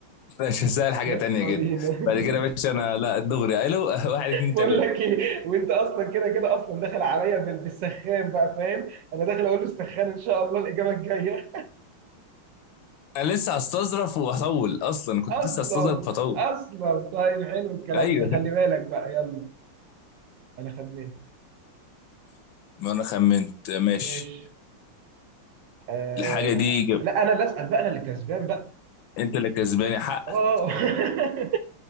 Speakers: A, on the left; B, on the right.
A: ماشي سهل حاجة
B: يلا
A: تانية
B: بينا
A: كده
B: <laughs>
A: بعد كده يا باشا انا لا دغري الو <laughs> واحد اتنين
B: بقول
A: تلاتة
B: لك ايه وانت اصلا كده كده اصلا داخل عليا بال- بالسخان بقى فاهم انا داخل اقول له السخان ان شاء الله الاجابه الجايه
A: انا لسه هستظرف وهطول اصلا
B: <laughs>
A: كنت
B: اصلا
A: لسه هستظرف وهطول
B: اصلا طيب حلو الكلام
A: ايوه
B: ده خلي بالك بقى يلا انا خمنت
A: <laughs> ما انا خمنت ماشي
B: ماشي آه
A: الحاجة
B: لا.
A: دي جب.
B: لا انا اللي اسال بقى انا اللي كسبان بقى
A: انت اللي كسباني حقك
B: اه <laughs>